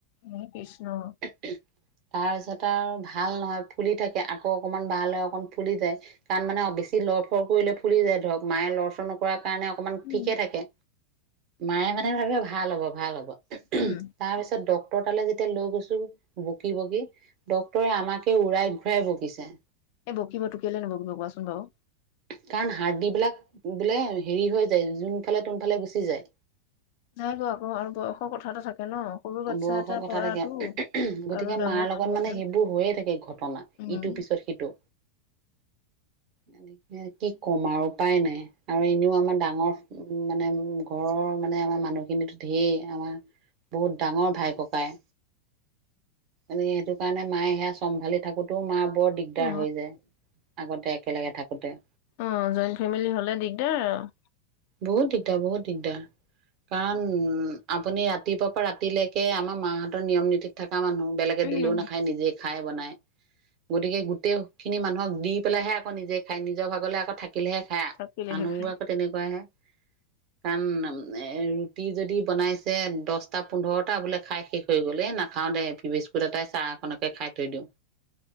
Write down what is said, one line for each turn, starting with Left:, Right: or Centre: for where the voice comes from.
Left: উ বিষ্ণু
Right: তাৰপিছত আৰু ভাল নহয়, ফুলি থাকে, আকৌ অকমান ভাল হয়, অকমান ফুলি যায়। কাৰণ মানে বেছি লৰফৰ কৰিলে ফুলি যায় ধৰক মায়ে লৰচৰ নকৰাকে কাৰণে অকমান
Left: উম।
Right: ঠিকে থাকে। মায়ে সদায় ভাবে ভাল হব । ভাল হব। তাৰপিছত
Left: উম,
Right: ড তোৰতালৈ যেতিয়া লৈ গৈছোঁ বকি বকি ডক্তৰে আমাকে উৰাই ঘূৰাই বকিছে।
Left: এই বকিবতো কেলে নবকিব কোৱাচোন বাৰু?
Right: কাৰণ হাৰদিবিলাক বোলে হেৰি হৈ যায় যোনফালে তোনফালে গুচি যায়।
Left: নাই বোৱাঁ আকৌ আৰু বয়সৰ কথা এটা থাকে। ন সৰু বাচ্ছা
Right: অ' বয়সৰ
Left: এটাৰ
Right: কথা
Left: পৰাতো
Right: থাকে । গতিকে
Left: আৰু ডাঙৰ
Right: মাৰ লগত
Left: মানুহ
Right: মানে
Left: এজন
Right: সেইবোৰ হৈয়ে থাকে ঘটনা,
Left: উম।
Right: ইটোৰ পিছত সিটো। এনে <unintelligible> কি কম আৰু উপায় নাই। আৰু এনেও আমাৰ ডাঙৰ <inaudible> উম মানে ঘৰৰ মানে আমাৰ মানুহখিনিতো ঢেৰ আমাৰ বহুত ডাঙৰ ভাই ককাই। এনে সেইটো কাৰণে মায়ে সেয়া চম্ভালি থাকোঁতেও মাৰ বৰ দিগদাৰ
Left: অ
Right: হৈ যায়। আগতে একেলগে থাকোঁতে
Left: অ', জইণ্ট ফেমিলি হ'লে দিগদাৰ আৰু।
Right: বহুত দিগদাৰ, বহুত দিগদাৰ। কাৰণ উম আপুনি ৰাতিপুৱা পৰা ৰাতিলৈকে আমাৰ মা‌হতৰ নিয়ম নীতিত থকা মানুহ। বেলেগে
Left: উম
Right: দিলেও নাখায় নিজে খাই বনাই। গতিকে গোটেই খিনি মানুহক দি পেলাইহে আকৌ নিজে খায়। নিজৰ ভাগলে আকৌ থাকি থাকিলেহে খায়।
Left: থাকিলেহে
Right: মানুহবোৰ
Left: খাই
Right: আকৌ তেনেকুৱাহে। কাৰণ অম এ ৰুটি যদি বনাইছে দচটা পোন্ধৰটা বোলে খাই শেষ হৈ গ'ল এ নাখাও দে বিস্কুত এটাই চাহ অকনকে খাই থৈ দিওঁ।